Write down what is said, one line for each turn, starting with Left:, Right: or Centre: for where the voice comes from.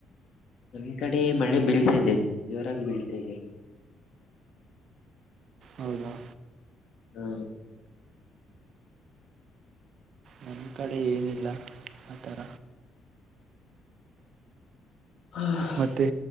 Left: ನಮ್ ಕಡೆ ಮಳೆ ಬೀಳ್ತಾ ಇದೆ ಜೋರಾಗಿ ಬೀಳ್ತಾ ಇದೆ.
Right: ಹೌದಾ.
Left: ಹಾ.
Right: ನಮ್ಮ ಕಡೆ ಏನಿಲ್ಲ ಆ ಥರ.
Left: ಹಾ. <unintelligible>
Right: ಮತ್ತೆ